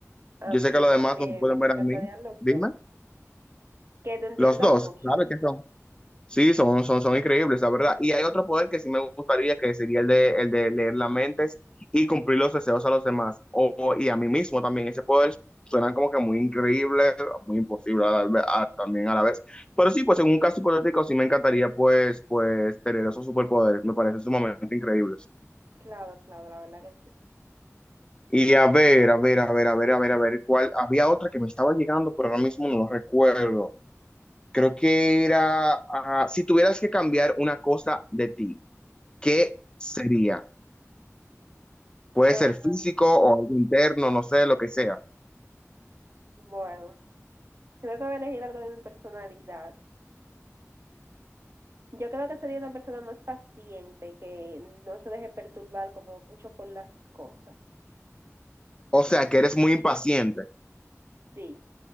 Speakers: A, on the right (about 50°); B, on the left (about 15°).
A: A
B: yo
A: mí
B: sé que los
A: también
B: demás no me pueden ver
A: me encantarían
B: a mí,
A: los
B: dime,
A: dos. Que te entiendo
B: los dos,
A: mucho.
B: ¿sabes qué son? Sí, son, son, son increíbles, la verdad. Y hay otro poder que sí me gustaría, que sería el de, el de leer las mentes y cumplir los deseos a los demás, o, o- y a mí mismo también. Ese poder suena como que muy increíble, muy imposible a la ve- a- también a la vez. Pero sí, pues en un caso hipotético sí me encantaría pues, pues tener esos superpoderes, me parecen sumamente increíbles.
A: Claro, claro, la verdad que sí.
B: Y a ver, a ver, a ver, a ver, a ver, a ver, cuál. Había otra que me estaba llegando, pero ahora mismo no lo recuerdo. Creo que era, ah, si tuvieras que cambiar una cosa de ti, ¿qué sería? Puede
A: Ah,
B: ser físico o algo interno, no sé, lo que sea.
A: bueno, creo que voy a elegir algo de mi personalidad. Yo creo que sería una persona más paciente, que no se deje perturbar como mucho por las cosas.
B: O sea, que eres muy impaciente.
A: Sí,